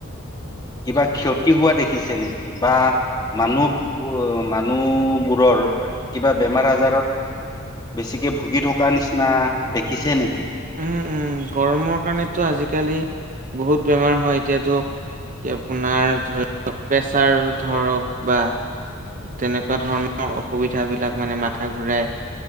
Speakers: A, on the left; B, on the right.
A: কিবা ক্ষতি হোৱা দেখিছে নেকি? বা মানুহ বোৰ মানুহবোৰৰ কিবা বেমাৰ আজাৰত বেছিকে ভুগি থকা নিচিনা দেখিছে নেকি?
B: উম উম। গৰমৰ কাৰণেতো আজিকালি বহুত বেমাৰ হয়। এতিয়াতো এই, আপোনাৰ ধৰক প্ৰেছাৰ ধৰক বা তেনেকুৱা ধৰণৰ অসুবিধাবিলাক মানে মাথা ঘূৰাই,